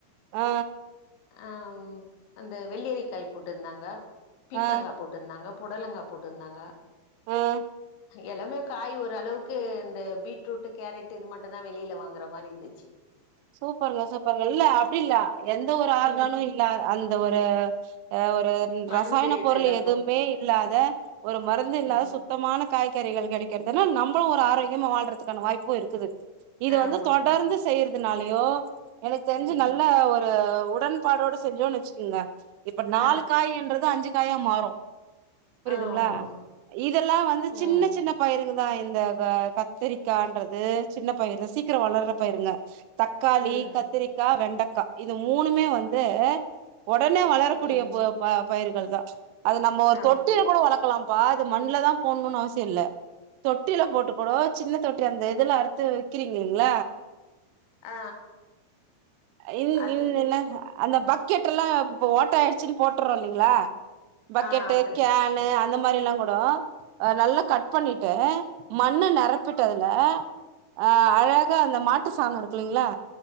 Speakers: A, on the right; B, on the left.
A: ஆ
B: அம் அந்த வெள்ளிரிக்காய் போட்டுருந்தாங்க பீக்கங்கா
A: ஆ
B: போட் டுருந்தாங்க புடலங்கா போட்டுந்தாங்க
A: ம்
B: எல்லாமே காய் ஓரளவுக்கு இந்த பீட்ரூட்டு கேரட்டு இது மட்டு தா வெளியில வாங்குற மாரி இருந்துச் சி
A: சூப்பர்ங்க சூப்பருங்க இல்ல அப்டி இல்ல எந்த ஒரு ஆர்கானும்
B: ம்
A: இல் ல அந்த ஒரு அ ஒரு
B: மருந்து
A: ரசாயன
B: இதெல்லா
A: பொருள் எதுவுமே
B: போடு
A: இல்லாத ஒரு மருந்து இல்லாதா
B: ம்
A: சுத்தமான காய்கறிகள் கிடைக்கிறதுனா நம்மளு ஒரு ஆரோக்கியமா வாழ்றதுக்கான வாய்ப்பு இருக்குது இது
B: ஆமா
A: வந்து தொடர்ந்து
B: ஆமா
A: செய்யறதுனாலயோ எனக்கு தெரிஞ்சு
B: ம்
A: நல்ல ஒரு உடன்பாடோட செஞ்சோன்னு வச்சுக்கோங்க இப்ப நாலு
B: ஆ
A: காயின்றது அஞ்சு காயா மாறு புரியுதுங்களா
B: ஆ ஆமா ஆமா
A: இதெல்லா வந்து சின்ன
B: ம்
A: சின்ன பயிருங்கதா இந்த கத்திரிக்கான்றது சின்ன பயிரு தா சீக்கரோ வளர்ற பயிருங்க தக்காளி
B: ம்
A: கத்திரிக்கா வெண்டைக்கா இது மூணுமே வந்து ஒடனே வளரக்கூடிய
B: ம்
A: பொ ப பயிர்கள் தா ச் அது நம்ம ஒரு
B: ஆமா
A: தொட்டியில கூட வளர்க்கலா பா அது மண்ல தா போணுன்னு அவசியோ இல்ல தொட்டில போட்டு கூட சின்ன தொட்டி அந்த இதுல அறுத்து விக்கிறீங்ளீங்கள
B: ஆ
A: இன்
B: அது
A: இன் என்ன அந்த பக்கெட் எல்லா இப்ப ஓட்ட ஆயிடுச்சுன்னு போட்டுறோ இல்லைங்களா பக்கெட்டு
B: ஆ அதுல
A: கேனு அந்த மாதிரிலா கூட அ நல்லா கட் பண்ணிட்டு மண்ண நெரப்பிட்டு அதுல அ அழகா அந்த மாட்டு சானோ இருக்குல்லைங்களா